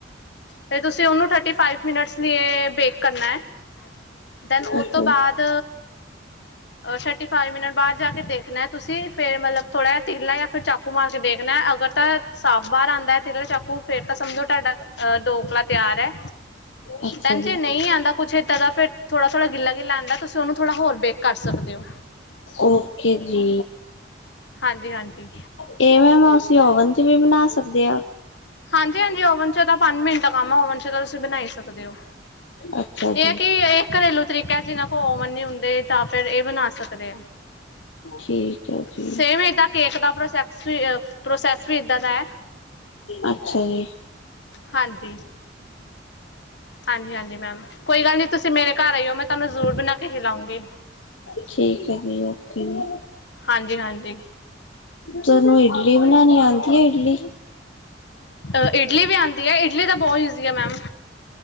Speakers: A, on the left (about 65°); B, on the left (about 85°).
A: ਤੇ ਤੁਸੀਂ ਉਹਨੂੰ ਥਰਟੀ ਫਾਈਵ ਮਿਨਟਸ ਲਈ ਬੇਕ ਕਰਨਾ ਹੈ ਦੈਨ
B: ਅੱਛਾ
A: ਤੋਂ ਬਾਅਦ ਥਰਟੀ ਫਾਈਵ ਮਿੰਟ ਬਾਅਦ ਜਾ ਕੇ ਦੇਖਣਾ ਤੁਸੀਂ ਫਿਰ ਮਤਲਬ ਥੋੜ੍ਹਾ ਜਿਹਾ ਤੀਲਾ ਜਾਂ ਫਿਰ ਚਾਕੂ ਮਾਰ ਕੇ ਦੇਖਣਾ ਅਗਰ ਤਾਂ ਸਾਫ਼ ਬਾਹਰ ਆਉਂਦਾ ਹੈ ਤਿਲਲਾ ਚਾਕੂ ਫੇਰ ਤਾਂ ਸਮਝੋ ਤੁਹਾਡਾ ਅਹ ਡੋਕਲਾ ਤਿਆਰ ਹੈ
B: ਅੱਛਾ
A: ਟੈਂਨਸ਼ਨ
B: ਜੀ
A: ਨਹੀਂ ਆਂਦਾ ਕੁਛ ਏਦਾਂ ਦਾ ਫੇਰ ਥੋੜਾ- ਥੋੜ੍ਹਾ ਗਿੱਲਾ ਪਤਾ ਤੁਸੀਂ ਉਹਨੂੰ ਥੋੜ੍ਹਾ ਹੋਰ ਬੇਕ ਕਰ ਸਕਦੇ ਹੋ।
B: ਓਕੇ ਜੀ।
A: ਹਾਂਜੀ ਹਾਂਜੀ
B: ਇਹ ਮੈਮ ਅਸੀਂ ਓਵਨ ਚ ਵੀ ਬਣਾ ਸਕਦੇ ਹਾਂ।
A: ਹਾਂਜੀ ਹਾਂਜੀ ਓਵਨ ਚ ਤਾਂ ਪੰਜ ਮਿੰਟ ਦਾ ਕੰਮ ਆ ਓਵਨ ਚ ਤਾਂ ਤੁਸੀਂ ਬਣਾਈ ਸਕਦੇ ਹੋ।
B: ਅੱਛਾ
A: ਇਹ
B: ਜੀ
A: ਕਿ ਇਹ ਘਰੇਲੂ ਤਰੀਕਾ ਹੈ ਜਿਹਨਾ ਕੋਲ ਆਵਨ ਨਹੀਂ ਹੁੰਦੇ ਤਾਂ ਫੇਰ ਇਹ ਬਣਾ ਸਕਦੇ।
B: ਠੀਕ ਹੈ ਜੀ
A: ਸਮੇਂ ਏਦਾਂ ਕੇਕ ਦਾ ਪ੍ਰੋਸੈਸ ਵੀ ਪ੍ਰੋਸੈਸ ਵੀ ਇੱਦਾਂ ਦਾ ਹੈ
B: ਅੱਛਾ ਜੀ
A: ਹਾਂਜੀ ਹਾਂਜੀ ਹਾਂਜੀ ਮੈਮ ਕੋਈ ਗੱਲ ਨਹੀਂ ਤੁਸੀਂ ਮੇਰੇ ਘਰ ਆਈਓ ਮੈਂ ਤੁਹਾਨੂੰ ਜ਼ਰੂਰ ਬਣਾ ਕੇ ਖਿਲਾਉਂਗੀ
B: ਠੀਕ ਹੈ ਜੀ ਓਕੇ ਜੀ
A: ਹਾਂਜੀ ਹਾਂਜੀ
B: ਤਾਨੂੰ ਇਡਲੀ ਬਣਾਉਣੀ ਆਉਂਦੀ ਹੈ ਇਡਲੀ
A: ਅ ਇਡਲੀ ਵੀ ਆਉਂਦੀ ਹੈ ਇਡਲੀ ਦਾ ਬਹੁਤ ਇਜ਼ੀ ਆ ਮੈਮ